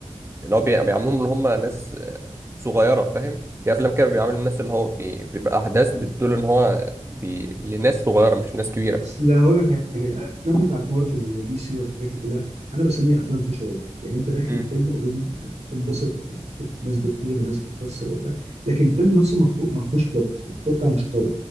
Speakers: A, on the right; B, on the right.
A: اللي هو بي- بيعاملوهم ان هم ناس آه، صغيره فاهم في افلام كده بيعاملوا الناس اللي هو بي- بيبقى احداث بتدل ان هو بي... لناس صغيره مش لناس كبيره
B: اصل هقول لك حاجه الافلام بتاعت مارفل ودي سي والحاجات دي كلها انا بسميها افلام في شعور يعني انت داخل
A: امم
B: الفيلم اوريدي تنبسط تشوف ناس بتطير وناس بتكسر وبتاع لكن الفيلم نفسه ما فيه- ما فيهوش بلوت يعني البلوت بتاعه مش قوي